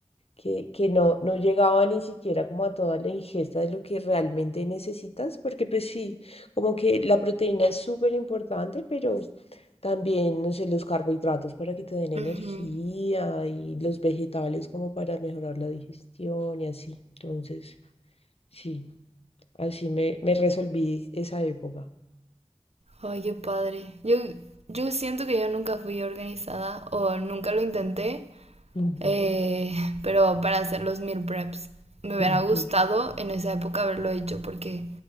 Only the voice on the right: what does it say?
ujú.
Ay, qué padre. Yo, yo siento que yo nunca fui organizada o nunca lo intenté
eh, pero para hacer los meal preps. Me hubiera
gustado en esa época haberlo hecho porque